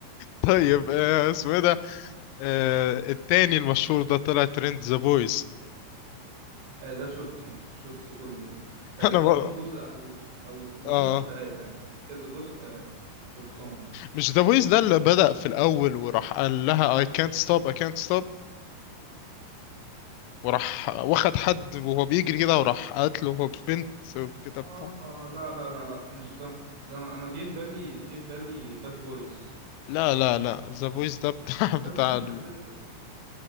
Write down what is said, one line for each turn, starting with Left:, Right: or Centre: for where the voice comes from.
Left: طيب آه، اسمه ايه ده آه، التاني المشهور ده طلع ترند ذا بويز
Right: آه، ده شفته شفته كله تقريبا
Left: <laughs> انا بقى
Right: هو في جزء او او اتنين
Left: اه
Right: او تلاتة يعني في كذا جزء آه، شفتهم
Left: مش ذا بويز ده اللي بدأ في الاول وراح قال لها I can't stop I can't stop وراح واخد حد وهو بيجري كده وراح قتله هو بنت وكده
Right: اه
Left: بتاع
Right: لا لا لا لا مش ده ده انا أنا جه في بالي جه في بالي باد بويز
Left: لا لا لا ذا بويز ده بتاع <laughs>
Right: باد
Left: بتاع
Right: بويز
Left: ال...
Right: اكيد انت شفته